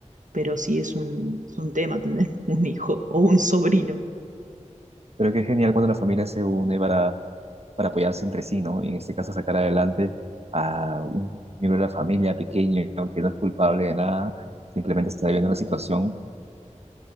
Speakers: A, on the right; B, on the right.
A: Pero sí es un, es un tema tener <laughs> un hijo o un sobrino.
B: Pero qué genial cuando la familia se une para, para apoyarse entre sí, ¿no? Y en este caso sacar adelante a un miembro de la familia pequeño que no es culpable de nada, simplemente está viviendo la situación